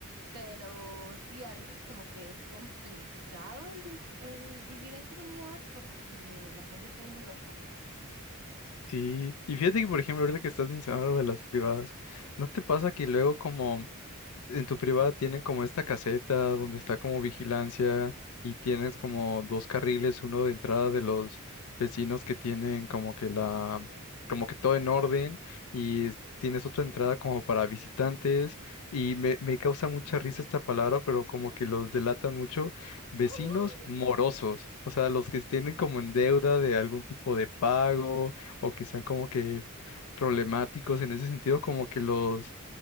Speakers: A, on the right; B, on the left.
A: Pero sí, a veces como que es complicado el, vi- el vivir en comunidad porque la gente está bien loca.
B: Sí. Y fíjate que, por ejemplo, ahorita que estás mencionando lo de las privadas, ¿no te pasa que luego como en tu privada tienen como esta caseta donde está como vigilancia y tienes como dos carriles, uno de entrada de los vecinos que tienen como que la, como que todo en orden y es- tienes otra entrada como para visitantes y me, me causa mucha risa esta palabra, pero como que los delatan mucho, vecinos
A: <laughs>
B: morosos, o sea, los que estén como en deuda de algún tipo de pago o que sean como que problemáticos en ese sentido, como que los